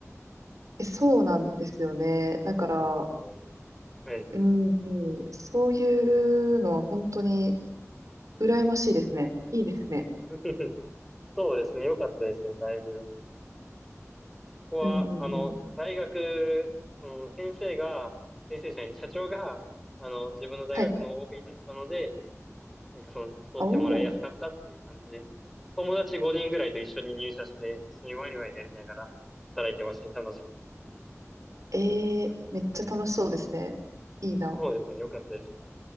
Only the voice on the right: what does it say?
えそうなんですよね。だから、
うん、うんそういうのは本当に羨ましいですね。いいですね。
うんうんうん。
はい。
おー、
えー、めっちゃ楽しそうですね。いいな。